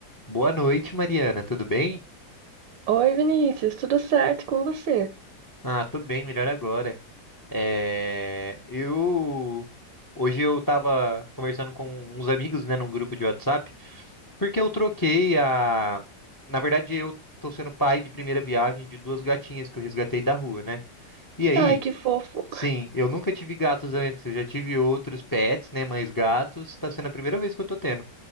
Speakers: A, on the left; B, on the right.
A: Boa noite, Mariana. Tudo bem?
B: Oi, Vinícius, tudo certo com você?
A: Ah, tô bem, melhor agora. É, eu hoje eu tava conversando com uns amigos, né, num grupo de WhatsApp, porque eu troquei a, na verdade eu tô sendo pai de primeira viagem de duas gatinhas que eu resgatei da rua, né? E aí,
B: Ai, que fofo.
A: sim, eu nunca tive gatos antes, eu já tive outros pets, né, mas gatos tá sendo a primeira vez que eu tô tendo.